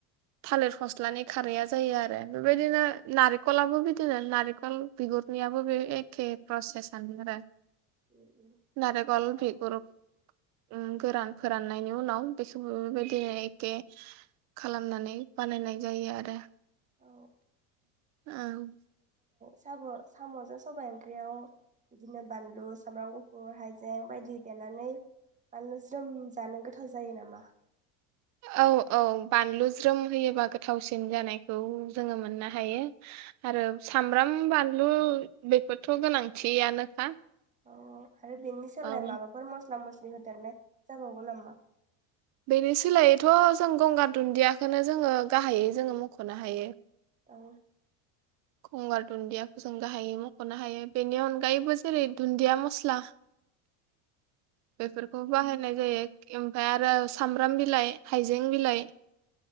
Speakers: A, on the right; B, on the right.
A: थालिर फस्लानि खारैआ जायो आरो बेबायदिनो नारेंखलबो बिदिनो नारेंखल बिगुरनि आबो एखे प्रसेस आनो
B: उम उम
A: नालेंखर
B: सा
A: बि गुर ओम गोरान फोराननायनि उनाव बेखौबो बेबायदिनो एखे खालामनानै बानायनाय जायो आरो।
B: औ
A: औ
B: साम' साम'जों सबायाइ ओंख्रियाव बिदिनो बानलु सामब्राम गुफुर हाइजें बायदि देनानै बानलु ज्रोम जानो गोथाव जायो नामा?
A: औ औ बानलु ज्रोम होयोबा गोथावसिन जानायखौ जोङो मोननो हायो। आरो सामब्राम बानलु बेफोरथ' गोनांथियानोखा
B: औ आरो बेनि सोलाय
A: औ
B: माबाफोर मस्ला मस्लि बि होदारनाय जाबावगौ नामा
A: बेनि सोलायैथ' जों गंगार दुन्दियाखौनो जोङो गाहायै जोङो मख'नो हायो।
B: औ
A: गंगार दुन्दियाखौ जों गाहाय मख'नो हायो बेनि अनगायैबो जेरै दुन्दिया मस्ला बेफोरखौ बाहायनाय जायो। ओमफाय आरो सामब्राम बिलाइ हाइजें बिलाइ